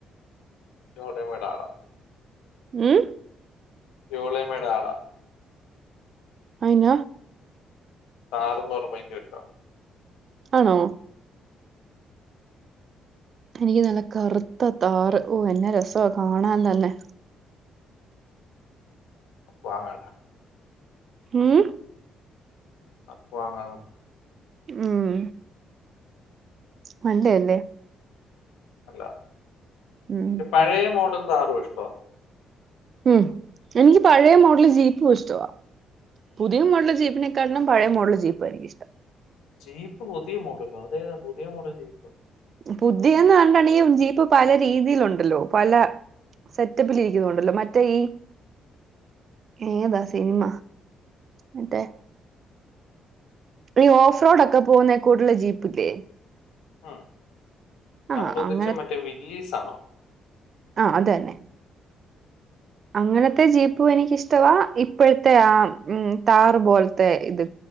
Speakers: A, on the left; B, on the right.
A: ചോടെ മടാള
B: ഉം
A: ജോളമ്മേയുടെ ആളാ
B: അയിന
A: താറെന്ന് പറഞ്ഞ ഭയങ്കരട്ട ഇഷ്ടാ
B: ആണോ എനിക്ക് നല്ല കറുത്താ താറ് ഓ എന്നാ രസ കാണാൻ തന്നെ
A: വാങ്ങണ്ട
B: ഉം
A: അപ്പൊ <unintelligible>
B: ഉം മണ്ടേ അല്ലേ
A: അല്ല
B: ഉം
A: പെ പഴയ മോഡൽ താറും ഇഷ്ട്ട
B: ഉം എനിക്ക് പഴയ മോഡല് ജീപ്പു ഇഷ്ടവാ പുതിയ മോഡൽ ജീപ്പിനെക്കാട്ടിലും പഴയ മോഡൽ ജീപ്പ് എനിക്കിഷ്ടം
A: ജീപ്പ് പുതിയ മോഡൽ അതേതാ പുതിയ മോഡൽ ജീപ്പ്
B: പുതിയന്ന് പറഞ്ഞി ട്ടാണെങ്കിൽ ഈ ജീപ്പ് പല രീതിയിലുണ്ടല്ലോ പല സെറ്റപ്പിലിരിക്കുന്നത് ഉണ്ടല്ലോ മറ്റേ ഈ ഏതാ സിനിമ മറ്റേ നീ ഓഫ്റോഡൊക്കെ പോകുന്നേ കൂടുള്ള ജീപ്പില്ലേ
A: ഉം
B: ആ
A: താങ്കൾ ഉദേശ
B: അങ്ങനെ
A: മറ്റേ വില്ലീസ് ആണോ
B: ആ അത് തന്നെ അങ്ങനത്തെ ജീപ്പു എനിക്കിഷ്ടവാ ഇപ്പോഴത്തെ ആ ഉം താറ് പോലത്തെ ഇത്